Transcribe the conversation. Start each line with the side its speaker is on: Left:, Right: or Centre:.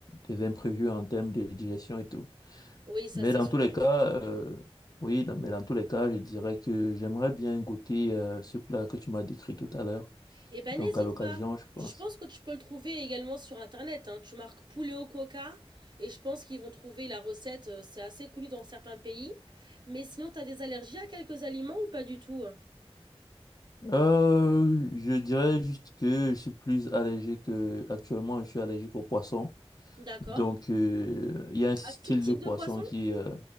Left: des imprévus en termes de digestion et tout.
Right: Oui, ça
Left: Mais
Right: c'est
Left: dans
Right: sûr.
Left: tous les cas, euh, oui, dans- mais dans tous les cas, je dirais que j'aimerais bien goûter euh, ce plat que tu m'as décrit tout à l'heure.
Right: Eh ben,
Left: Donc,
Right: n'hésite
Left: à l'occasion,
Right: pas.
Left: je pense.
Right: Je pense que tu peux le trouver également sur Internet, hein. Tu marques poulet au coca et je pense qu'ils vont trouver la recette. euh, C'est assez connu dans certains pays. Mais sinon, tu as des allergies à quelques aliments ou pas du tout? euh
Left: Euh, je dirais juste que je suis plus allergique. euh, actuellement, je suis allergique aux poissons.
Right: D'accord.
Left: Donc, euh, il y a un style
Right: À tout type
Left: de poisson
Right: de poisson?
Left: qui... euh,